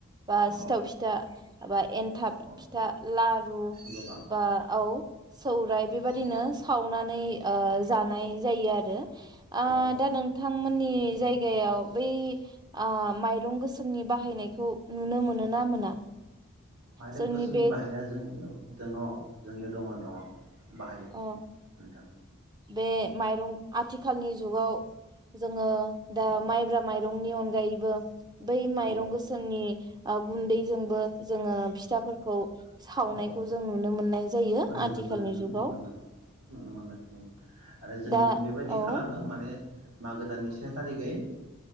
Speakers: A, on the right; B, on the right.
A: बा
B: औ
A: सिथाव
B: औ
A: फिथा। <unintelligible> एन्थाब
B: औ
A: फिथा लारु
B: गोबां
A: बा औ सौराय बेबादिनो
B: औ
A: सावनानै ओ जानाय
B: औ औ
A: जायो आरो ओ
B: औ
A: दा नोंथां मोननि जायगायाव बै ओ माइरं गोसोमनि बाहायनायखौ नुनो मोनो ना मोना?
B: माइरं
A: जोंनि
B: गोसोमनि
A: बे
B: बाहायनाया जोंनियाव दोङ। जोंनियाव दङ दङ। बाहायो
A: अ
B: नोंथां
A: बे माइरं आथिखालनि जुगाव जोंङो दा
B: औ
A: माइब्रा माइ रंनि अनगायैबो बै माइरं
B: औ
A: गोसोमनि ओ गुन्दैजोंबो जोंङो फिथाफोरखौ सावनायखौ
B: औ
A: जों नुनो मोननाय जायो
B: औ नुनो
A: आथिखालनि
B: मोनो
A: जुग
B: नुनो मोनो नुनो मोननाय उम्म आरो जोंनिथिं
A: दा
B: बेबायदि
A: औ
B: खालामो माने मागो दाननि से थारिखै